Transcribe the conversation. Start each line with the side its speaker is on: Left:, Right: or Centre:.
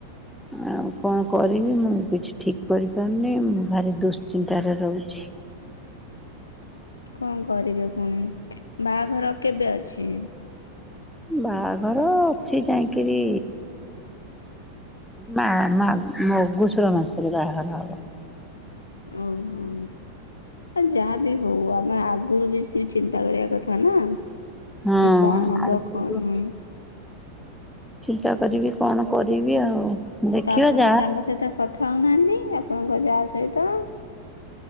Centre: ଆଉ କଣ କରିବି, ମୁଁ କିଛି ଠିକ୍ କରିପାରୁନି, ମୁଁ ଭାରି ଦୁଶ୍ଚିନ୍ତାରେ ରହୁଛି।
Left: କଣ କରିବେ ପୁଣି, ବାହାଘର କେବେ ଅଛି?
Centre: ବାହାଘର ଅଛି ଯାଇକିରି ମା- ମା- ମଗୁଷୁର ମାସ ରେ ବାହାଘର ହବ।
Left: ଓହୋ, ଆଉ ଯାହା ବି ହଉ, ଆମେ ଆଗରୁ ବି ଚିନ୍ତା କରିବା କଥା ନା,
Centre: ହଁ
Left: ଏ କଣ ହବ,
Centre: ଆଗକୁ
Left: କଣ ନାହିଁ?
Centre: ଚିନ୍ତା କରିବି କଣ କରିବି ଆଉ? ଦେଖିବା
Left: ତ ଆପଣ
Centre: ଯାହା
Left: ତାଙ୍କ ସହିତ କଥା ହଉନାହାନ୍ତି। ଆପଣଙ୍କ ଯା ସହିତ।